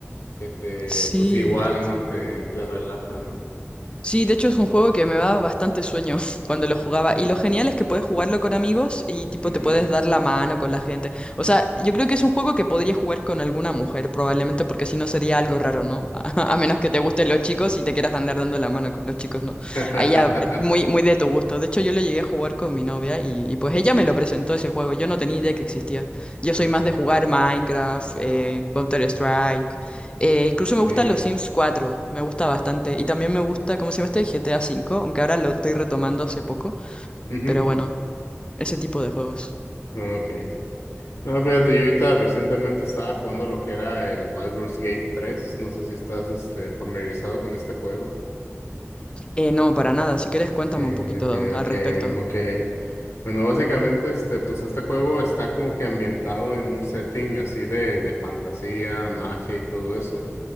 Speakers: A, on the left; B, on the left.
A: que te,
B: Sí,
A: pues igual,
B: sí, sí.
A: ¿no? Te, te relaja, ¿no?
B: Sí, de hecho es un juego que me da bastante sueño <laughs> cuando lo jugaba. Y lo genial es que puedes jugarlo con amigos y tipo
A: Ujú.
B: te puedes dar la mano con la gente. O sea, yo creo que es un juego que podría jugar con alguna mujer probablemente porque si no sería algo raro, ¿no? <laughs> A menos que te gusten los chicos y te quieras andar dando la mano con los chicos, ¿no?
A: <laughs>
B: Ahí ya, eh, muy, muy de tu gusto. De hecho, yo lo llegué a jugar con mi novia y, y, pues ella me lo presentó ese juego. Yo no tenía idea que existía. Yo soy
A: Ok,
B: más de jugar Minecraft, eh, Counter-Strike. Eh, incluso
A: ok.
B: me gustan los Sims cuatro me gusta bastante. Y también me gusta, ¿cómo se llama este? GTA cinco aunque ahora lo estoy retomando hace poco.
A: Ujú,
B: Pero bueno, ese tipo de juegos.
A: ok. No, fíjate, yo ahorita recientemente estaba jugando lo que era el Baldur's Gate tres. No sé si estás este, familiarizado con este juego.
B: Eh, no, para nada. Si quieres, cuéntame
A: Que,
B: un poquito
A: que,
B: al
A: que,
B: respecto.
A: como Bueno, básicamente, este, pues este juego está como que ambientado en un setting así de, de fantasía, magia y todo eso.